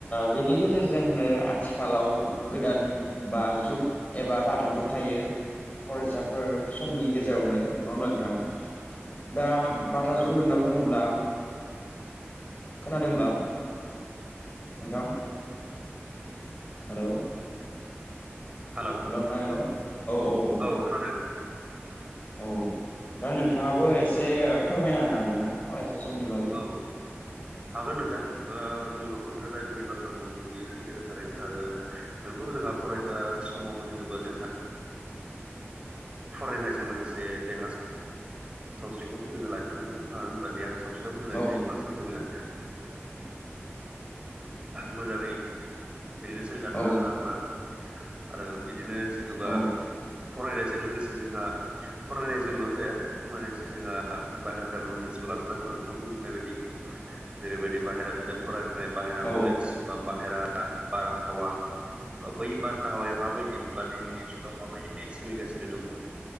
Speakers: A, on the left; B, on the right.
A: बेनि गेजेरजोंनो आथिखालाव गोदान बा जुग एबा बाथाफोर थायो फरायसाफोर समनि गेजेरावनो नङा होमब्ला नोंथां दा बाथा
B: औ
A: जुगोन होनना बुङोब्ला खोनादोंब्ला नोंथां हेलौ
B: हेलौ
A: हेल' नोंथां हेल' औ औ औ
B: औ खोनादों
A: औ दा नोंथाङाबो एसे फोरमायना होनो हागोन ना फरायसा समनि बा
B: औ हागोन नोंथां दा नंगौ नोंथाङा जाखिनि बाथ्राखौ बुंनो बेयो सै थारैनो आरो नोंगौ जोंहा फरायसा समाव जिथबा जोंहा फरायनायजों लोगोसे देहा सावस्रिखौबो जोङो लाखिनांगोन मानो होनबा देहा सावस्रिया मोजाङै
A: औ
B: थायोब्लासो जोङो मोजाङै बिदिनो सोलिना थानो
A: औ
B: हागोन आरोना आरो बिदिनो जिथुबा
A: औ
B: फरायनायजों लोगोसे जोंहा फरायनायजोंल' जाया फरायनाय जोंहा बाहेरा नलेजबो लानो नांगौ नोंथां बुंनाय बायदि जेरैबायदि बाहेरा बिजाब फरायनाय बाहेरा नलेज
A: औ
B: बा बाहेरा बारहावा बा बै बारहावाया माबायदि बा दिनैनि जुगाव माबायदि सोलिगासिनो दङ